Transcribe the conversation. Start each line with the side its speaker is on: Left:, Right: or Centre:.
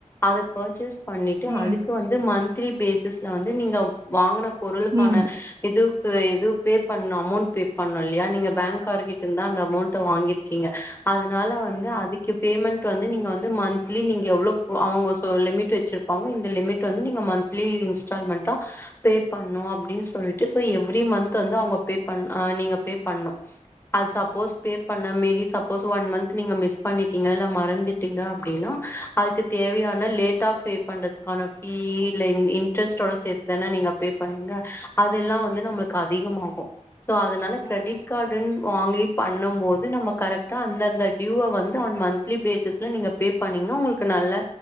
Left: அது பர்ச்சேஸ் பண்ணிட்டு
Right: ம்
Left: அதுக்கு வந்து மந்த்லி பேசிஸ்ல வந்து நீங்க வாங்கன பொருளுக்கான
Right: ம்
Left: இதுவுக்கு இது பே பண்ணு அமௌண்ட் பே பண்ணு இல்லையா நீங்க பேங்கார் கிட்ட இருந்தா அந்த அமௌண்ட்ட வாங்கியிருக்கீங்க அதனால
Right: ம்
Left: வந்து அதுக்கு இப் பேமெண்ட் வந்து நீங்க வந்து மந்த்லி நீங்க எவ்ளோப் அவங்க சோ லிமிட் வச்சிருப்பாங்க இந்த லிமிட் வந்து நீங்க மந்த் மந்த்லி இன்ஸ்டால்மென்ட்டா பே பண்ணு அப்டீன் சொல்ட்டு சோ எவ்ரி மந்த் து வந்து அவங்க பே பண்ணு ஆ நீங்க பே பண்ணு அது சப்போஸ்
Right: ம்
Left: பே பண்ண மீறி சப்போஸ் ஒன் மந்த் நீங்க மிஸ் பண்ணிட்டீங்க இல்ல மறந்துட்டீங்க அப்டின்னா அதுக்கு தேவையான லேட்டா பே பண்றதுக்கான ஃபீ இல்ல இன்ட்ரெஸ்டோட சேத்து தானே நீங்க பே பண்ணுவீங்க அதெல்லா வந்து நம்ளுக் அதிகமாகு சோ அதனால கிரெடிட்
Right: ம்
Left: கார்டுனு வாங்கி பண்ணும்போது நம்ம கரெக்டா அந்த அந்த டியூவ வந்து ஆன் மந்த்லி பேசஸ்ல நீங்க பே பண்ணீங்ன்னா உங்களுக்கு நல்லா